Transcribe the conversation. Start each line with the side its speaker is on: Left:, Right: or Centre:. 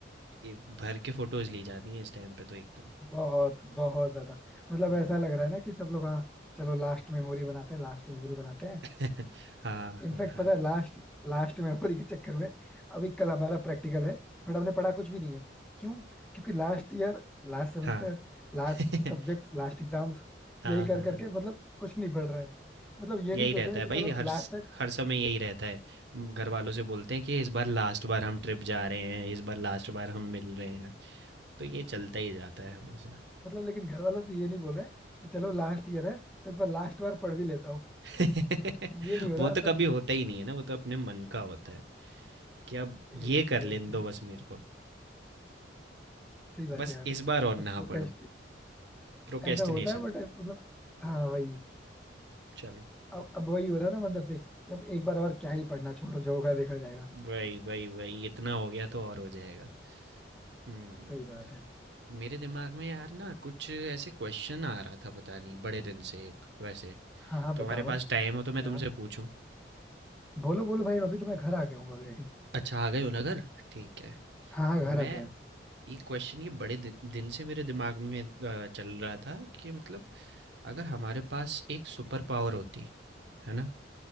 Right: ये भर के फोटोज ली जाती हैं इस टाइम पे तो एकदम
Centre: बहुत बहुत ज्यादा मतलब
Right: हम्म
Centre: ऐसा लग रहा है ना कि सब लोग हाँ चलो लास्ट मेमोरी बनाते हैं लास्ट मेमोरी बनाते हैं
Right: <laughs> हाँ
Centre: इनफैक्ट
Right: हाँ हाँ
Centre: पता है लास्ट लास्ट मेमोरी के चक्कर में अभी कल हमारा प्रैक्टिकल है बट हमने पढ़ा कुछ भी नहीं है क्यों क्योंकि last year last semester
Right: हाँ
Centre: last
Right: <laughs>
Centre: subject last exams
Right: हाँ
Centre: यही कर
Right: हाँ हाँ
Centre: करके
Right: हाँ
Centre: मतलब कुछ नहीं पढ़ रहे हैं मतलब ये
Right: यही
Centre: नहीं सोच
Right: रहता
Centre: रहे
Right: है
Centre: कि चलो
Right: भाई हर
Centre: लास्ट
Right: स-
Centre: टाइम
Right: हर समय यही रहता है म, घर वालों से बोलते हैं कि इस बार लास्ट बार हम ट्रिप जा रहे हैं इस बार लास्ट बार हम मिल रहे हैं तो ये चलता ही जाता है हमेशा
Centre: मतलब लेकिन घर वालों से ये नहीं बोल रहे कि चलो लास्ट ईयर है तो एक बार लास्ट बार पढ़ भी लेता हूँ
Right: <laughs>
Centre: ये नहीं हो रहा
Right: वो तो
Centre: अंदर
Right: कभी
Centre: से
Right: होता ही नहीं है ना वो तो अपने मन का होता है कि अब
Centre: एग्जैक्टली
Right: ये कर लेने दो बस मेरे को
Centre: सही बात
Right: बस
Centre: है यार
Right: इस बार और ना
Centre: बस प्रोक्रेस्ट
Right: पड़ो प्रोक्रेस्टिनेशन
Centre: ऐसा होता है बट मतलब हाँ भाई
Right: चलो
Centre: अब अब वही हो रहा है ना मंदिर से कि अब एक बार और क्या ही पढ़ना छोड़ो जो होगा देखा जाएगा
Right: वही वही वही इतना हो गया तो और हो जाएगा हम्म
Centre: सही बात है
Right: मेरे दिमाग में यार ना कुछ ऐसे क्वेश्चन आ रहा था पता नहीं बड़े दिन से एक वैसे
Centre: हाँ हाँ
Right: तुम्हारे
Centre: बताओ
Right: पास टाइम हो तो मैं
Centre: क्या
Right: तुमसे पूछूं
Centre: बोलो बोलो भाई अभी तो मैं घर आ गया हूँ ऑलरेडी
Right: अच्छा आ गए हो ना घर ठीक है
Centre: हाँ हाँ घर आ
Right: मैं
Centre: गया
Right: ये क्वेश्चन ये बड़े दि दिन से मेरे दिमाग में अ, चल रहा था कि मतलब अगर हमारे पास एक सुपर पावर होती है ना